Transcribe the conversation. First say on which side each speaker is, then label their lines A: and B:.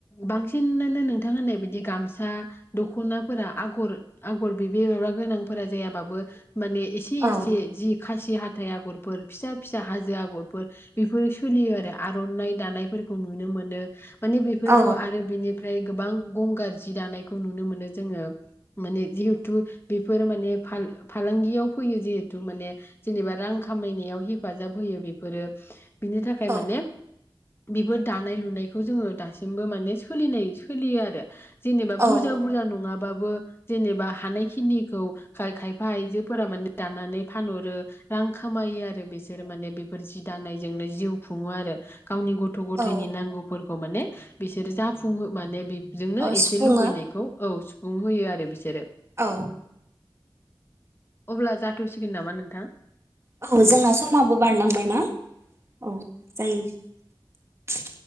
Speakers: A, on the left; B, on the right.
A: बांसि सिन्नोनो नोंथां होननाय बिदि गामसा दख'नाफोरा आगर आगर बेबेबाबा गोनांफोरा जायाबाबो। माने एसे
B: औ
A: एसे जि खासि हा थाइ आगरफोर फिसा फिसा हाजो आगरफोर बेफोरो सोलियो आरो आर'नाइ दानायफोरखौ नुनो मोनो। मानि बेफोरखौ
B: औ
A: आरो बिनि फ्राय गोबां गंगार जि दानायखौ नुनो मोनो जोङो। माने जिहेथु बेफोर माने फाल-फालांगियाव फैयो जिहेथु माने जेनेबा रां खामायनायाव हेफाजाब होयो बेफोरो। बिनि थाखाय
B: औ
A: माने-' बेफोर दानाय लुनायखौ जोङो दासिमबो माने सोलिनाय सोलियो आरो। जेनेबा
B: औ
A: बुरजा बुरजा नङा। बाबो जेनेबा हानाय खिनिखौ खाय-खायफा आइजोफोरा माने दानानै फानहरो। रां खामायो आरो बिसोरो माने बेफोर जि दानायजोंनो जिउ खुङो आरो। गावनि गथ' गथायनि
B: औ
A: नांगौफोर खौ माने बिसोर जा फुङो माने बेबजोंनो
B: औ
A: एसे
B: सिफुङो
A: लुबैनायखौ औ सुफुं होयो आरो बिसोरो।
B: औ।
A: अब्ला जाथ'सिगोन नामा नोंथां?
B: औ जोंना समाबो बारलांबाय ना? औ। जायो।